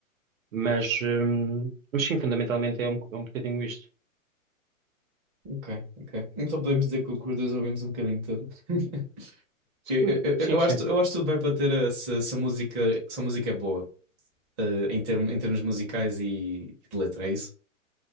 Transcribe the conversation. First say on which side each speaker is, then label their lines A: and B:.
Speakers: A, on the right; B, on the right.
A: Mas, hum, mas sim, fundamentalmente é um, é um bocadinho isto.
B: Ok, ok. Então podemos dizer que o- que os dois ouvimos um bocadinho de tudo. <laughs>
A: Sim,
B: Eu, eu,
A: sim,
B: eu eu
A: sem
B: acho,
A: dúvida.
B: eu acho que tudo vai bater a, se, se a música, se a música é boa. eh, em, termo- em termos musicais e, e de letra, é isso?